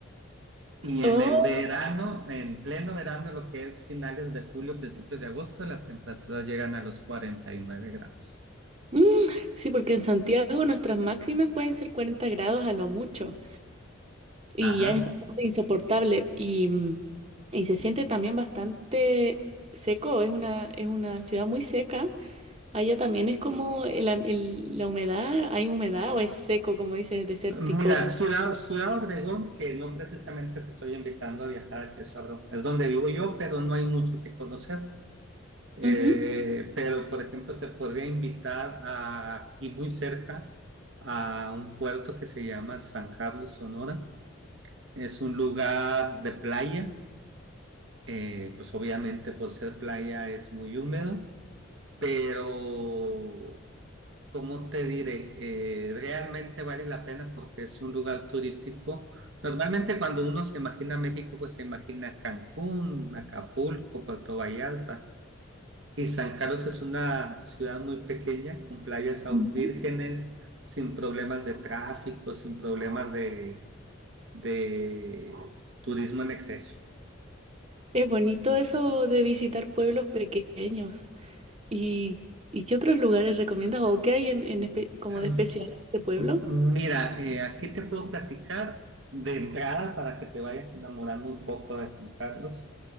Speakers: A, on the right; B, on the right.
A: Y en
B: Oh,
A: el verano, en pleno verano, lo que es finales de julio, principios de agosto, las temperaturas llegan a los 49 grados.
B: mm, sí, porque en Santiago nuestras máximas pueden ser 40 grados a lo mucho y
A: Ajá.
B: ya es bastante insoportable y, mm, y se siente también bastante seco, es una, es una ciudad muy seca. Allá también es como el am- el- la humedad, hay humedad o es seco, como dices, desértico.
A: Mira, Ciudad, Ciudad Obregón, que no precisamente te estoy invitando a viajar, que es, es donde vivo yo, pero no hay mucho que conocer. Eh,
B: Ujú,
A: pero, por ejemplo, te podría invitar a, aquí muy cerca a un puerto que se llama San Carlos, Sonora. Es un lugar de playa. Eh, pues obviamente por ser playa es muy húmedo, pero, ¿cómo te diré? Eh, realmente vale la pena porque es un lugar turístico. Normalmente cuando uno se imagina México, pues se imagina Cancún, Acapulco, Puerto Vallarta Y San Carlos es una ciudad muy pequeña, con playas aún
B: ujú.
A: vírgenes, sin problemas de tráfico, sin problemas de, de turismo en exceso.
B: Es bonito eso de visitar pueblos pequeños. ¿Y, y qué otros lugares recomiendas o qué hay en, en espe- como
A: Em,
B: de especial en este pueblo?
A: Mira, eh, aquí te puedo platicar de entrada para que te vayas enamorando un poco de San Carlos.